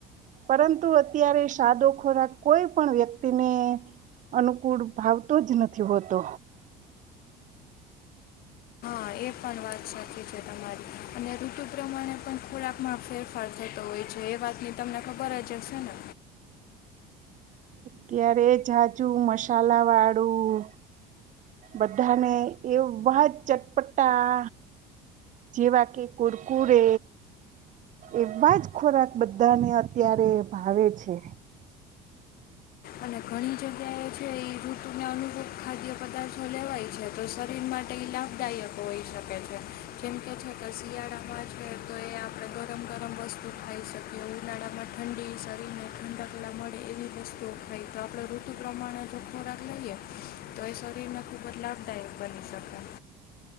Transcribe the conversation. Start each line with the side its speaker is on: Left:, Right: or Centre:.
Right: પરંતુ અત્યારે સાદો ખોરાક કોઈ પણ વ્યક્તિને અનુકૂળ ભાવતો જ નથી હોતો
Left: હા એ પણ વાત સાચી છે તમારી અને ઋતુ પ્રમાણે પણ ખોરાક માં ફેરફાર થતો હોય છે એ વાતની તમને ખબર જ જ હશે ને
Right: અત્યારે જાજુ મસાલા વાળું બધાને એવા જ ચટપટા જેવા કે કુરકુરે એવા જ ખોરાક બધાને અત્યારે ભાવે છે
Left: અને ઘણી જગ્યા એ છે એ રૂતુને અનુકૂળ ખાદ્ય પદાર્થો લેવાય છે તો શરીર માં માટે લાભદાયક હોઈ શકે છે જેમ કે છે કે શિયાળામાં છે તો એ આપણે ગરમ ગરમ વસ્તુ ખાઈ શકીએ ઉનાળામાં ઠંડી શરીરને ઠંડકલા મળે એવી વસ્તુ તો આપણે ઋતુ પ્રમાણે જો ખોરાક લઈએ તો એ શરીર ને ખુબ જ લાભદાયક બની શકે